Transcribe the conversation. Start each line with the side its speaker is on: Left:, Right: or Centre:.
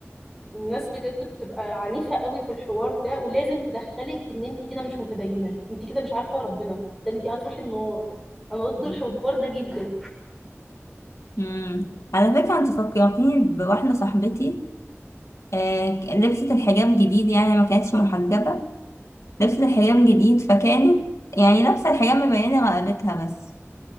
Centre: الناس بجد بتبقى عنيفة قوي في الحوار ده ولازم تدخلك ان انت كده مش متدينة انت كده مش عارفة ربنا ده انت هتروحي النار انا ضد الحوار
Left: مم.
Centre: ده جدا
Left: مم. على فكرة انت فكرتيني بواحدة صاحبتي آه لبست الحجاب جديد يعني ما كانتش محجبة لبست الحجاب جديد فكانت يعني لابسة الحجاب مبينة رقبتها بس